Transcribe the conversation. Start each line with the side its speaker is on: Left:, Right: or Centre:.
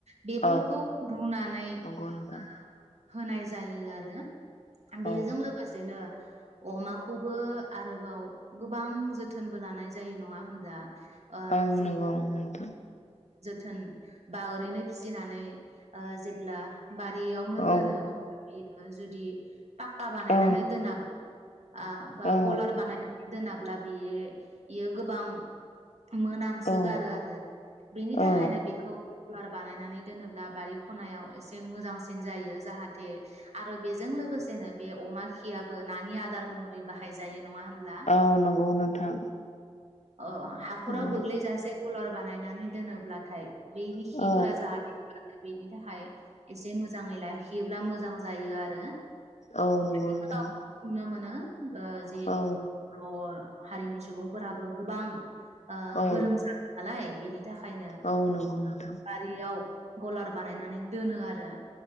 Right: बेफोरखौ
Left: औ
Right: रुनानै
Left: नंगौ नोंथां
Right: ओ होनाय जायो आरो बेजों
Left: औ
Right: लोगोसेनो अमाखौबो आरोबाव गोबां जोथोनबो लानाय जायो नङा होनब्ला ओ
Left: औ
Right: जि
Left: नंगौ नोंथां
Right: थोन बा ओरैनो फिसिनानै ओ जेब्ला बारियावनो दोनो
Left: औ
Right: नोङो जुदि फाक्का बानायनानै
Left: औ
Right: दोनाबा आ बा
Left: औ
Right: गलार बानायनानै दोनाब्ला बे बियो गोबां-' मोनामसोगारो
Left: औ
Right: आरो बेनि थाखायनो
Left: औ
Right: बेखौ--' कुलार बानायनानै दोनोब्ला बारि खनायाव एसे मोजांसिन जायो जाहाथे आरो बेजों लोगोसेनो बे अमा खियाबो नानि आदार महरै बाहायजायो नङा होनब्ला
Left: औ नंगौ नोंथां।
Right: अ' हाख'राव
Left: औ
Right: गोग्लैजासे कलार बानायनानै दोनोब्लाथाय बेनि खिफोरा
Left: औ
Right: जाहाथे बेनि थाखाय एसे मोजाङै लाखियोब्ला मोजां जायो आरो
Left: औ नंगौ
Right: बिदि खालाबा
Left: नोंथां
Right: प्रुफ नुनो मोनो बा जिहेतु
Left: औ
Right: अ हारिनि सुबुंफोराबो गोबां। ओह
Left: औ
Right: गोरों जाबाय नालाय। बिनित थाखायनो बारियाव।
Left: औ नंगौ नोंथां
Right: गलारब बानायनानै दोनो आरो